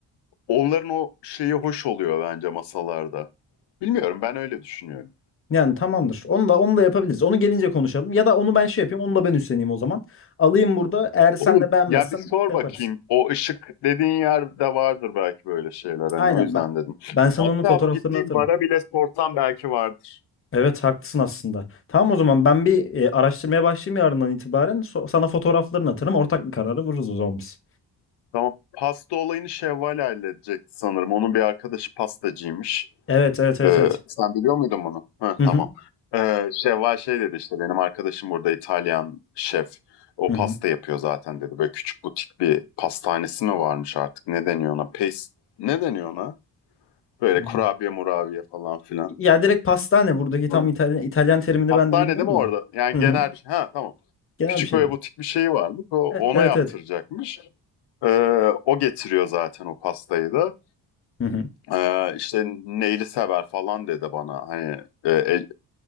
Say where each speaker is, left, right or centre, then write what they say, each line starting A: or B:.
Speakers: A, on the left; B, on the left.
A: onların o şeyi hoş oluyor bence masalarda. Bilmiyorum ben öyle düşünüyorum.
B: Yani tamamdır. Onu da onu da yapabiliriz. Onu gelince konuşalım. Ya da onu ben şey yapayım. Onu da ben üstleneyim o zaman. Alayım burada. Eğer sen
A: Olur.
B: de beğenmezsen
A: Ya bir sor
B: yaparız.
A: bakayım. O ışık dediğin yerde vardır belki böyle şeyler. Hani
B: Aynen
A: o yüzden
B: ben,
A: dedim.
B: ben sana
A: Hatta
B: onun fotoğraflarını
A: bu gittiğim
B: atarım.
A: bara bile sorsam belki vardır.
B: Evet haklısın aslında. Tamam o zaman ben bir e, araştırmaya başlayayım yarından itibaren. So- sana fotoğraflarını atarım. Ortak bir karara varırız o zaman biz.
A: Tamam. Pasta olayını Şevval halledecekti sanırım. Onun bir arkadaşı pastacıymış.
B: Evet evet evet
A: Ee,
B: evet.
A: sen biliyor muydun bunu? Hı,
B: Hı
A: tamam.
B: hı.
A: Ee, Şevval şey dedi işte benim arkadaşım burada İtalyan şef. O
B: Hı
A: pasta yapıyor zaten dedi. Böyle küçük butik bir pastanesi mi varmış artık? Ne deniyor ona? Pes... Ne deniyor ona? Böyle
B: hı.
A: kurabiye murabiye falan filan.
B: Ya direkt pastane buradaki
A: Hı.
B: tam İtalyan, İtalyan terimini
A: Hastanede
B: ben de bilmiyorum
A: mi orada?
B: da.
A: Yani
B: Hı
A: genel
B: hı.
A: bir şey. Ha tamam.
B: Genel
A: Küçük
B: bir şeydir.
A: böyle butik bir şey varmış. O, ona
B: E- evet
A: yaptıracakmış.
B: evet.
A: Ee, o getiriyor zaten o pastayı da.
B: Hı hı.
A: Ee, işte neyli sever falan dedi bana. Hani e, e,